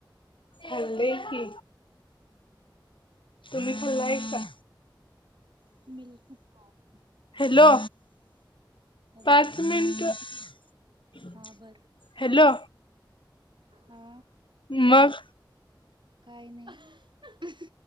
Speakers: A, on the left; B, on the right.
A: बोला की तुम्ही फ्रि हाय काय?
B: बिलकुल आहे.
A: हॅलो.
B: हॅलो
A: पाच मिनटं
B: हा बर
A: हॅलो.
B: हा
A: मग
B: काय मग अह.